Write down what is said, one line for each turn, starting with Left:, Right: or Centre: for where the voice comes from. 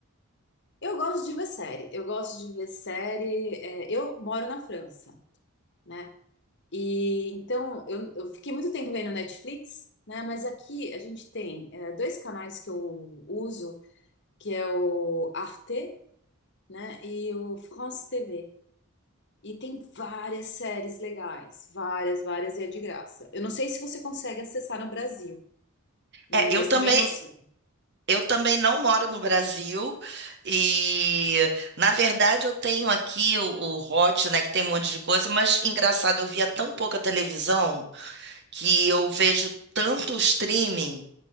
Left: Eu gosto de ver série. Eu gosto de ver série. é, eu moro na França, né? E então eu, eu fiquei muito tempo vendo Netflix, né? Mas aqui a gente tem é, dois canais que eu uso, que é o Arte né? E o France TV. E tem várias séries legais, várias, várias, e é de graça. Eu não sei se você consegue acessar no Brasil, né?
Right: É, eu
Left: Mas
Right: também,
Left: também eu não sei.
Right: Eu também não moro no Brasil e, na verdade, eu tenho aqui o, o Hot, né, que tem um monte de coisa, mas engraçado, eu via tão pouca televisão que eu vejo tanto streaming